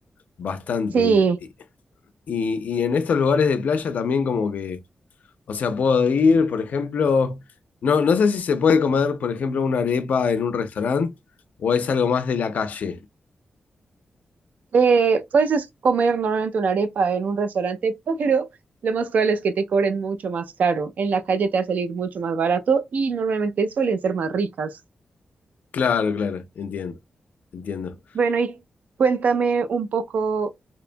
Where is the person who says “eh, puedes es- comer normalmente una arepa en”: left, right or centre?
Right